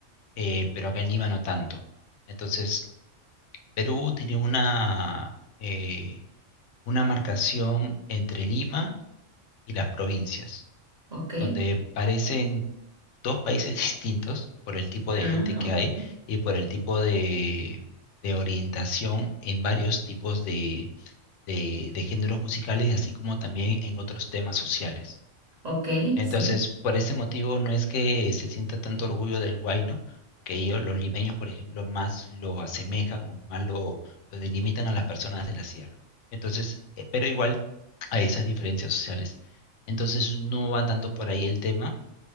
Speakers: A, on the left; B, on the right.
A: eh, pero acá en Lima no tanto. Entonces, Perú tiene una, eh, una marcación entre Lima y las provincias,
B: ¿Ok?
A: donde parecen dos países <laughs> distintos por el tipo de
B: Ah,
A: gente que
B: ok.
A: hay y por el tipo de, de orientación en varios tipos de, de de géneros musicales, así como también en otros temas sociales.
B: ¿Ok?
A: Entonces,
B: Sí.
A: por ese motivo no es que se sienta tanto orgullo del huayno, porque ellos, los limeños, por ejemplo, más lo asemejan o más lo, lo delimitan a las personas de la sierra. Entonces, eh, pero igual hay esas diferencias sociales. Entonces, no va tanto por ahí el tema,